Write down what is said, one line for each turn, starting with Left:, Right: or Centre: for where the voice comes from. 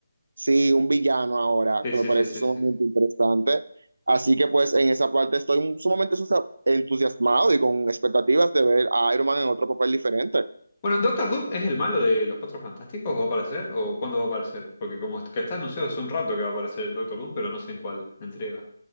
Right: sí, un villano ahora,
Left: Sí,
Right: que
Left: sí,
Right: me parece
Left: sí, sí,
Right: sumamente
Left: sí.
Right: interesante. Así que, pues, en esa parte estoy sumamente entusiasmado y con expectativas de ver a Iron Man en otro papel diferente.
Left: Bueno, ¿Doctor Doom es el malo de los Cuatro Fantásticos? ¿Va a aparecer? ¿O cuándo va a aparecer? Porque como es- que está anunciado hace un rato que va a aparecer el Doctor Doom, pero no sé en cuál entrega.